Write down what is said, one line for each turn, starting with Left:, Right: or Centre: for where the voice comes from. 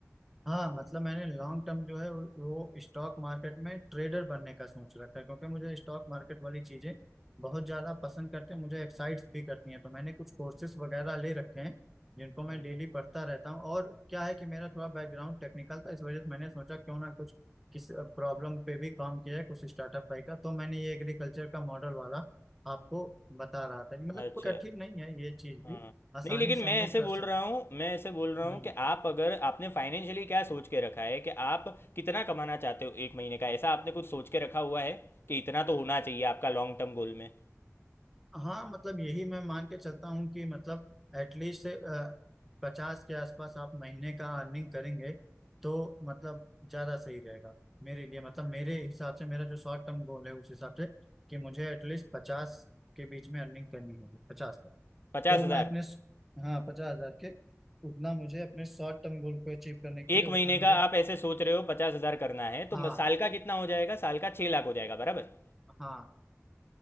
Centre: हाँ मतलब मैंने लॉन्ग टर्म जो है वो वो स्टॉक मार्केट में ट्रेडर बनने का सोच रखा है क्योंकि मुझे स्टॉक मार्केट वाली चीजें बहुत ज्यादा पसंद करते हैं मुझे एक्साइट भी करती हैं तो मैंने कुछ कोर्सेज वगैरह ले रखे हैं जिनको मैं
Left: हम्म,
Centre: डेली पढ़ता रहता हूँ और क्या है कि मेरा थोड़ा बैकग्राउंड टेक्निकल था इस वजह से मैंने सोचा क्यों ना कुछ किस प्रॉब्लम पे भी काम किया है कुछ स्टार्टअप टाइप का तो मैंने ये एग्रीकल्चर का मॉडल वाला आपको बता रहा था कि मतलब
Left: अच्छा
Centre: कोई कठिन नहीं है ये चीज
Left: हाँ
Centre: भी आसानी
Left: नहीं लेकिन
Centre: से
Left: मैं
Centre: हम लोग
Left: ऐसे
Centre: कर
Left: बोल
Centre: सकते
Left: रहा
Centre: हैं
Left: हूँ मैं ऐसे बोल रहा
Centre: हम्म
Left: हूँ कि आप अगर आपने फाइनेंशियली क्या सोच के रखा है कि आप कितना कमाना चाहते हो एक महीने का ऐसा आपने कुछ सोच के रखा हुआ है कि इतना तो होना चाहिए आपका लॉन्ग टर्म गोल में
Centre: हाँ मतलब यही मैं मान के चलता हूँ कि मतलब एटलीस्ट पचास के आसपास आप महीने का अर्निंग करेंगे तो मतलब ज़्यादा सही रहेगा मेरे लिए मतलब मेरे हिसाब से मेरा जो शॉर्ट टर्म गोल है उस हिसाब से कि मुझे एटलीस्ट पचास के बीच में अर्निंग करनी होगी पचास तक
Left: पचास
Centre: तो
Left: हजार
Centre: मैं अपने हाँ पचास हजार के उतना मुझे अपने शॉर्ट टर्म गोल को अचीव करने के
Left: एक
Centre: लिए
Left: महीने
Centre: उतना मुझे
Left: का आप ऐसे सोच रहे हो पचास हजार करना है तो
Centre: हाँ
Left: म- साल का कितना हो जाएगा साल का छः लाख हो जाएगा बराबर
Centre: हाँ